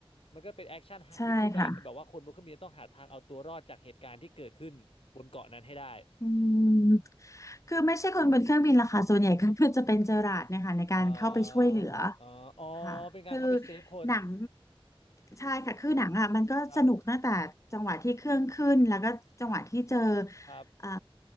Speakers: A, on the left; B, on the left.
A: มันก็เป็นแอคชั่นวิธีการแบบว่าคนบนเครื่องบินต้องหาทางเอาตัวรอดจากเหตุการณ์ที่เกิดขึ้นบนเกาะนั้นให้ได้
B: ใช่ค่ะอืมคือไม่ใช่คนบนเครื่องบินล่ะค่ะส่วนใหญ่ก็ <laughs> คือจะเป็นเจอราร์ดเนี่ยค่ะในการเข้าไปช่วยเหลือ
A: เอ่อเอ่ออ๋อเป็นการเข้าไปเซฟคน
B: ค่ะคือหนังใช่ค่ะคือหนังอ่ะมันก็สนุกตั้งแต่จังหวะที่เครื่องขึ้นแล้วก็จังหวะที่เจอ
A: ครับครับ
B: เอ่อ